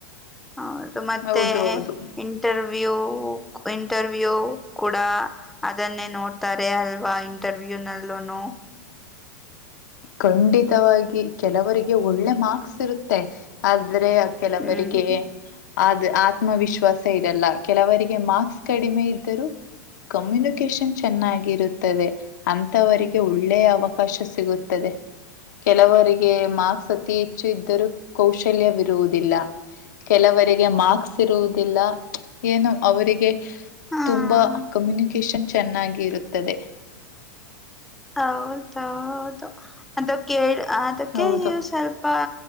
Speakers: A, in the centre; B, on the left (about 70°).
A: ಹೌದು ಮತ್ತೆ
B: ಹೌದು ಹೌದು
A: ಇಂಟರ್ವ್ಯೂ ಇಂಟರ್ವ್ಯೂ ಕೂಡ ಅದನ್ನೇ ನೋಡ್ತಾರೆ ಅಲ್ವಾ ಇಂಟರ್ವ್ಯೂ ನಲ್ಲೂ ಹ
B: ಖಂಡಿತವಾಗಿ ಕೆಲವರಿಗೆ ಒಳ್ಳೆ ಮಾರ್ಕ್ಸ್ ಇರುತ್ತೆ ಆದ ಆದ್ರೆ ಕೆಲವರಿಗೆ
A: ಹ್ಮ್
B: ಅದು ಆತ್ಮವಿಶ್ವಾಸ ಇರಲ್ಲ ಕೆಲವರಿಗೆ ಮಾರ್ಸ್ ಕಡಿಮೆ ಇದ್ದರೂ ಕಮ್ಯುನಿಕೇಶನ್ ಇರುತ್ತದೆ ಅಂತವರಿಗೆ ಒಳ್ಳೆ ಅವಕಾಶ ಸಿಗುತ್ತದೆ ತ್ತದೆ ಕೆಲವರಿಗೆ ಮಾರ್ಸ್ ಅತಿ ಹೆಚ್ಚು ಇದ್ದರೂ ಕೌಶಲ್ಯ ಇರುವುದಿಲ್ಲ ಕೆಲವರಿಗೆ ಮಾರ್ಕ್ಸ್ ಇರುವುದಿಲ್ಲ ಏನು ಅವರಿಗೆ
A: ಹ
B: ತುಂಬಾ ಕಮ್ಯುನಿಕೇಶನ್ ಚೆನ್ನಾಗಿ ಇರುತ್ತದೆ
A: ಹೌದೌದು ಅದಕ್ಕೆ ಅದಕ್ಕೆ
B: ಹೌದು
A: ನೀವು ಸ್ವಲ್ಪ